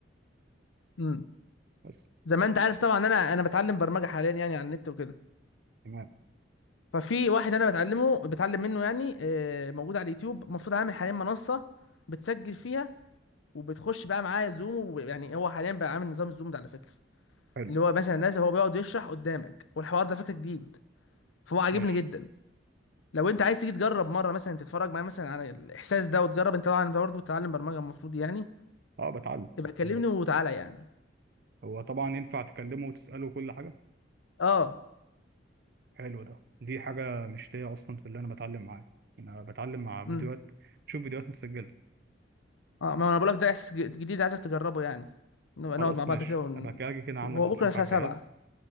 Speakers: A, on the left; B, on the right.
A: امم
B: بس
A: زي ما انت عارف طبعا انا انا بتعلم برمجه حاليا يعني على النت وكده
B: تمام
A: ففي واحد انا بتعلمه بتعلم منه يعني آه، موجود على اليوتيوب المفروض عامل حاليا منصه بتسجل فيها وبتخش بقى معايا زوم ويعني هو حاليا بقى عامل نظام الزوم ده على فكره
B: حلو
A: اللي هو مثلا نازل هو بيقعد يشرح قدامك والحوار ده فكره جديد فهو عاجبني
B: ماشي
A: جدا لو انت عايز تيجي تجرب مره مثلا تتفرج معايا مثلا على الاحساس ده وتجرب انت طبعا انت برضه بتتعلم برمجه المفروض يعني
B: اه بتعلم
A: يبقى كلمني
B: والله
A: وتعالى يعني
B: هو طبعا ينفع تكلمه وتسأله كل حاجة
A: اه
B: حلو ده دي حاجة مش ليا أصلا في اللي أنا بتعلم معاه أنا بتعلم مع فيديوهات
A: امم
B: شوف فيديوهات متسجلة
A: اه ما انا بقول لك ده احساس ج- جديد عايزك تجربه يعني نبقى
B: خلاص
A: نقعد مع بعض
B: ماشي
A: كده ون...
B: أبقى كده أجي كده عندك
A: هو بكره
B: نشوف
A: الساعه
B: على الجهاز
A: 7